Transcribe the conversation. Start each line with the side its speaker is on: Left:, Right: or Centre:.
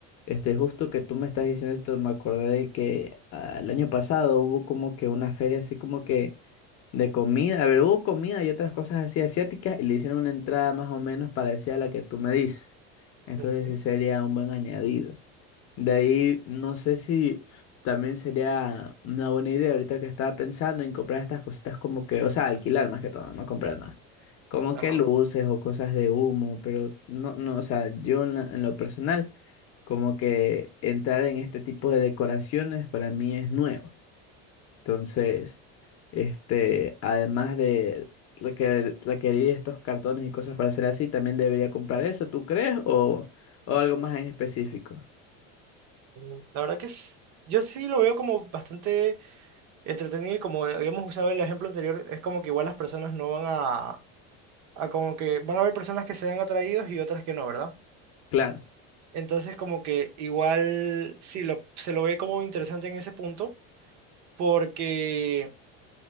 Left: este, justo que tú me estás diciendo esto, me acordé de que ah, el año pasado hubo como que una feria así como que de comida. A ver, hubo comida y otras cosas así asiáticas y le hicieron una entrada más o menos parecida a la que tú me dices. Entonces
Right: Ujú,
Left: sí sería un buen añadido. De ahí, no sé si también sería una buena idea ahorita que estaba pensando en comprar estas cositas como que, o sea, alquilar más que todo, no comprar nada. Como
Right: Ajá.
Left: que luces o cosas de humo, pero no, no, o sea, yo en, la- en lo personal, como que entrar en este tipo de decoraciones para mí es nuevo. Entonces, este, además de requer- requerir estos cartones y cosas para hacer así, también debería comprar eso, ¿tú crees? O, o algo más en específico.
Right: Mm, La verdad que es- yo sí lo veo como bastante entretenido y como habíamos usado el ejemplo anterior, es como que igual las personas no van a, a como que van a haber personas que sean atraídos y otras que no, ¿verdad?
Left: Claro,
Right: Entonces como que igual sí lo, se lo ve como interesante en ese punto porque